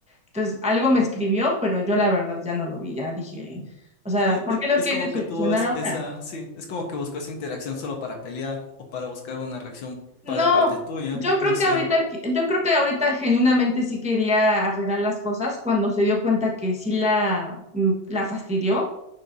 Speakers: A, in the centre; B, on the left.
A: Entonces, algo me escribió, pero yo la verdad ya no lo vi, ya dije, o sea,
B: sí,
A: ¿por
B: e-
A: qué lo
B: es
A: quieres
B: como que
A: solucionar
B: tuvo es-
A: ahora?
B: esa, sí, es como que buscó esa interacción solo para pelear o para buscar una reacción
A: No,
B: pa- de parte tuya,
A: yo
B: no
A: creo
B: sé,
A: que ahorita, yo creo que ahorita genuinamente sí quería arreglar las cosas cuando se dio cuenta que sí la, mm, la fastidió,